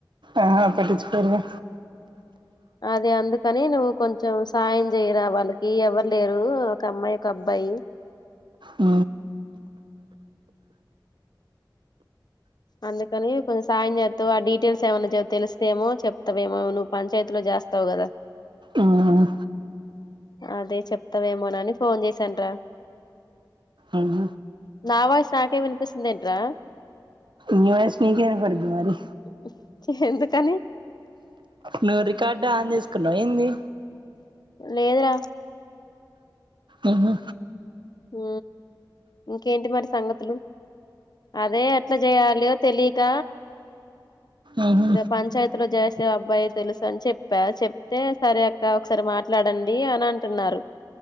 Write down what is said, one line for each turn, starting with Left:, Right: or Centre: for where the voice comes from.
Right: ఆహా పట్టించుకోరుగా
Left: అదే అందుకని నువ్వు కొంచెం సాయం చేయరా వాళ్ళకి ఎవరు లేరు ఒక అమ్మాయి, ఒక అబ్బాయి
Right: ఉ
Left: అందుకని కొంచెం సాయం చేతవా అది ల్స్ ఏమన్నా తెలుస్తేమో చెప్తావేమో నువ్వు పంచాయతీలో చేస్తావు కదా
Right: ఉమ్
Left: అదే చెప్తావేమోనని ఫోన్ చేసాంట్రా
Right: ఉమ్
Left: నా వాస్ నాకేమి వినిపిస్తుంది, ఏంట్రా
Right: నీ వాయిస్ నీకే వినిపడిది మరి,
Left: <unintelligible> ఎందుకని
Right: నువ్వు రికార్డ్ ఆన్ చెస్ కున్నావేంది.
Left: లేదూర
Right: ఉహు
Left: ఉ ఇంకేంటి మరి సంగతులు అదే ఎట్లా చేయాలి తెలియక,
Right: ఉహు
Left: ఇక పంచాయతీలో చేస్తే అబ్బాయి తెలుసు అని చెప్పా చెప్తే సరి అక్క ఒకసారి మాట్లాడండి అని అంటున్నారు,